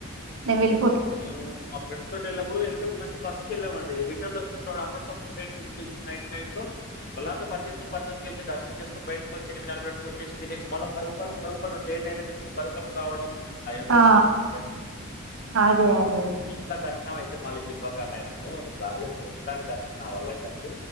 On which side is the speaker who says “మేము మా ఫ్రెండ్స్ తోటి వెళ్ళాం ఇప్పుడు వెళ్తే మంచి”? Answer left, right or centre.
Left